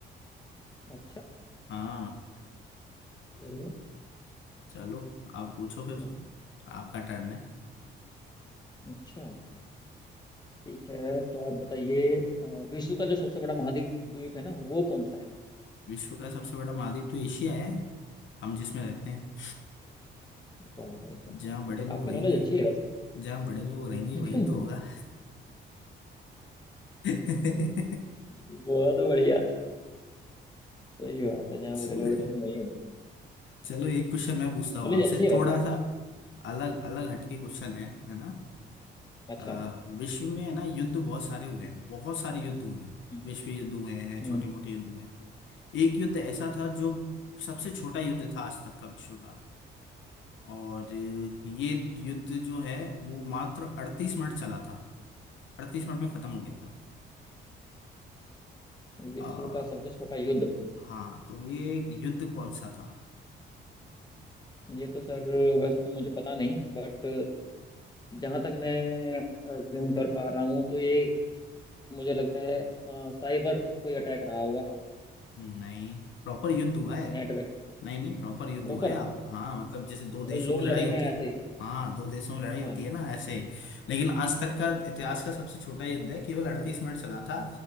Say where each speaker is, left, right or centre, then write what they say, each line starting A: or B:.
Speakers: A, on the left (about 20°); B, on the left (about 70°).
A: अच्छा
B: हाँ
A: बढ़िया
B: चलो आप पूछो फिर
A: चलो
B: आपका टर्न है
A: अच्छा ठीक है तो आप बताइए अ, विश्व का जो सबसे बड़ा महाद्वीप द्वीप है ना वो कौन सा है
B: विश्व का सबसे बड़ा महाद्वीप तो एशिया है हम जिसमें रहते हैं
A: वाह भाई वाह
B: जहाँ बड़े लोग
A: आपकी
B: रहेंगे
A: नॉलेज अच्छी है वैसे
B: जहाँ बड़े लोग रहेंगे
A: <laughs>
B: वहीं तो होगा <laughs>
A: बहुत बढ़िया सही बात है जहाँ
B: च-
A: बड़े लोग रहेंगे वही होगा
B: चलो एक क्वेश्चन मैं पूछता हूँ
A: नॉलेज
B: आपसे
A: अच्छी है वैसे
B: थोड़ा
A: आपको
B: सा
A: ना
B: अलग अलग हटके क्वेश्चन है है ना
A: अच्छा
B: अ, विश्व में है ना युद्ध बहुत सारे हुए हैं बहुत सारे युद्ध हुए हैं
A: हम्म
B: विश्व युद्ध हुए हैं छोटे
A: हम्म।
B: मोटे युद्ध हुए हैं एक युद्ध ऐसा था जो सबसे छोटा युद्ध था आज तक का विश्व का और अ, ये युद्ध जो है वो मात्र अड़तीस मिनट चला था अड़तीस मिनट में खत्म हो गया था अ,
A: विश्व का सबसे छोटा युद्ध
B: हाँ तो ये युद्ध कौन सा था
A: ये तो सर वैसे तो मुझे पता नहीं बट जहां तक मैं ज्यूम कर पा रहा हूँ तो ये मुझे लगता है अ, साइबर कोई अटैक रहा होगा
B: नहीं प्रॉपर युद्ध हुआ है
A: नेट वेट
B: नहीं नहीं प्रॉपर युद्ध
A: प्रॉपर
B: हुआ है आप हाँ मतलब जैसे दो
A: मतलब
B: देशों
A: लोग
B: में लड़ाई
A: लड़े
B: होती
A: हैं
B: है
A: ऐसे ही
B: हाँ दो देशों में लड़ाई होती
A: हाँ
B: है ना ऐसे लेकिन आज तक का इतिहास का सबसे छोटा युद्ध है केवल अड़तीस मिनट चला था